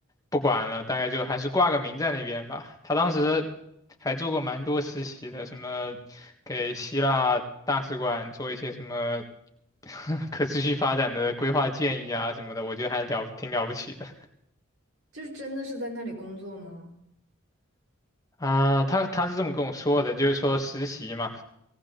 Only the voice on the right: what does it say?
就是真的是在那里工作吗？